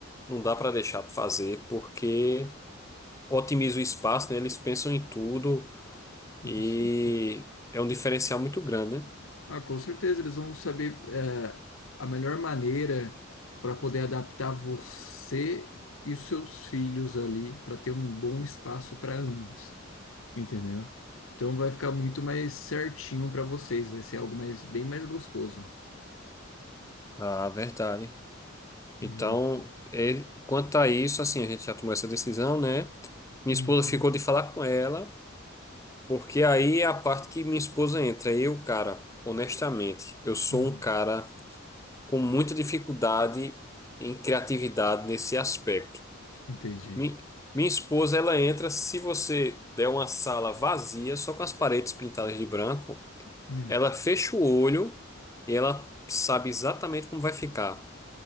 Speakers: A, on the left; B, on the left.
A: não dá para deixar de fazer porque otimiza o espaço, né? Eles pensam em tudo
B: Com
A: e
B: certeza.
A: é um diferencial muito grande, né?
B: Ah, com certeza, eles vão saber eh, a melhor maneira para poder adaptar você e os seus filhos ali, para ter um bom espaço para ambos, entendeu? Então vai ficar muito mais certinho para vocês, vai ser algo mais, bem mais gostoso.
A: Ah, verdade. Então,
B: Hum,
A: e- quanto a isso, assim, a gente já tomou essa decisão, né? Minha
B: uhum,
A: esposa ficou de falar com ela. Porque aí é a parte que minha esposa entra. Eu, cara, honestamente, eu sou
B: hum,
A: um cara com muita dificuldade em criatividade nesse aspecto.
B: entendi.
A: Mi- Minha esposa, ela entra se você der uma sala vazia, só com as paredes pintadas de branco,
B: Hum,
A: ela fecha o olho e ela sabe exatamente como vai ficar